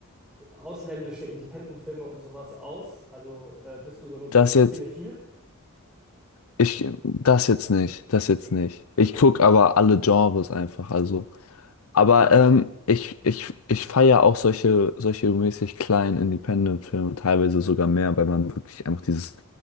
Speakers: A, in the centre; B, on the left (about 75°).
A: äh, ausländische Independent-Filme und sowas aus? Also äh, bist du so ein,
B: das
A: bist du
B: jetzt,
A: cinephil?
B: ich, das jetzt nicht, das jetzt nicht.
A: Okay,
B: Ich gucke aber alle Genres einfach. Also Aber ähm, ich, ich, ich feiere auch solche, solche mäßig kleinen Independent-Filme, teilweise sogar mehr, weil man wirklich einfach dieses,